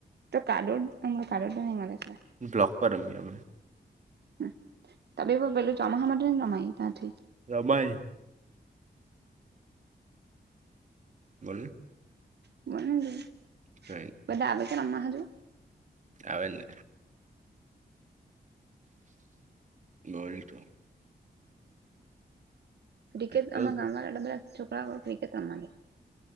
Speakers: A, on the right; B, on the right.
A: તો કાદવ કાદવ તો નય મલે તા
B: બ્લોક પર રમીએ અમે.
A: હ તમે પેલું ચોમાહા હોવા માટેને માય તા થી.
B: રમાય. બોલો.
A: બલ <unintelligible>
B: જ <unintelligible>
A: બધા આવે કે રમ્મા હજુ.
B: આવે જ ને. બોલ તુ
A: ક્રિકેટ
B: પેટ્રોલ
A: આમાં ગામ વાળા બધા છોકરાઓ પી કે તમ લગે